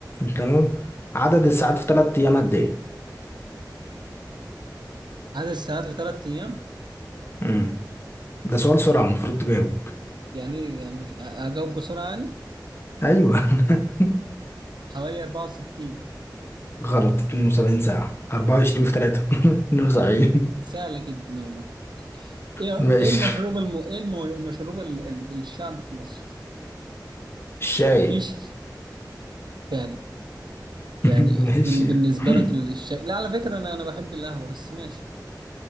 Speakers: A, on the left; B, on the right.
A: تمام عدد الساعات في ثلاث أيام قد إيه؟
B: عدد الساعات في ثلاث ايام
A: امم ده سؤال سرعة المفروض تجاوب
B: يعني يعني أ- اجاوب بسرعة يعني
A: أيوه <laughs>
B: حوالي 64
A: غلط 72 ساعة 24 في 3 72
B: سهلة جدا يا مرة. ايه
A: <laughs> ماشي
B: ايه المشروب الم... ايه الم... المشروب ال... ال... الشعب في مصر؟
A: الشاي
B: فيش فعلا يعني
A: <laughs> ماشي
B: من... بالنسبة
A: <laughs>
B: لك ال- الشاي لا على فكرة انا انا بحب القهوة بس ماشي